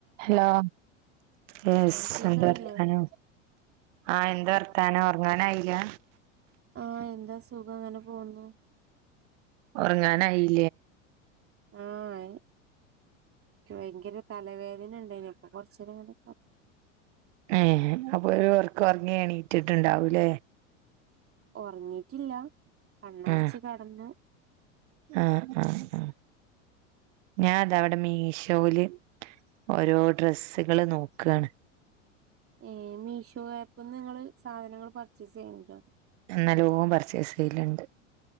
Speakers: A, on the right; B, on the right.
A: Hello yes
B: ആഹ് കേക്കുന്നില്ലേ
A: എന്താ വർത്താനം. ആഹ് എന്താ വർത്താനം ഉറങ്ങാനായില.
B: ആഹ് എന്താ സുഖം അങ്ങനെ പോകുന്നു.
A: ഉറങ്ങാനായി.
B: ആ ആയി. ഭയങ്കര തലവേദന ഉണ്ടയിനിപ്പൊ കൊറച്ങ്ങനെ.
A: അ <unintelligible> ഒരു ഒർക്ക ഉറങ്ങി എണീറ്റിട്ടുണ്ടാവൂല്ലേ.
B: ഉറങ്ങിട്ടില്ല കണ്ണടച്ച്
A: ആഹ്
B: കടന്ന്.
A: ആഹ് ആഹ് ആഹ്. ഞാൻ ഇത ഇവിടെ മീഷോൽ ഓരോ ഡ്രസ്സുകള് നോക്കാണ്.
B: ഏ മീഷോ ആപ്പ്ന്ന് ങ്ങള് സാധനങ്ങൾ പർച്ചേസ് ചെയ്യലുണ്ടോ.
A: നല്ലോം പർച്ചേസ് ചെയ്ലണ്ട്.